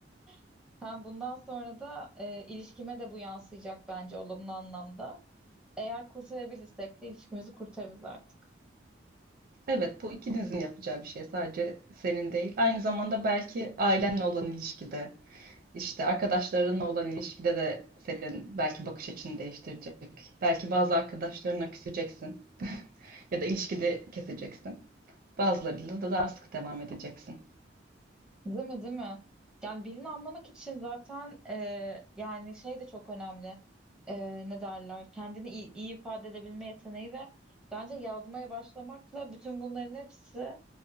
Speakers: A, in the centre; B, on the right.
A: <laughs> hem bundan sonra da e, ilişkime de bu yansıyacak bence olumlu anlamda. Eğer kurtarabilirsek de ilişkimizi kurtarırız artık.
B: Evet, bu ikinizin yapacağı bir şey. Sadece senin değil. Aynı zamanda belki ailenle olan ilişkide, işte arkadaşlarınla olan ilişkide de senin belki bakış açını değiştirecek. Belki bazı arkadaşlarına küseceksin <laughs> ya da ilişkide keseceksin. Bazılarıyla da daha sık devam edeceksin.
A: Değil mi, değil mi? Yani birini anlamak için zaten e, yani şey de çok önemli. E, ne derler? Kendini iyi, iyi ifade edebilme yeteneği ve bence yazmaya başlamakla bütün bunların hepsi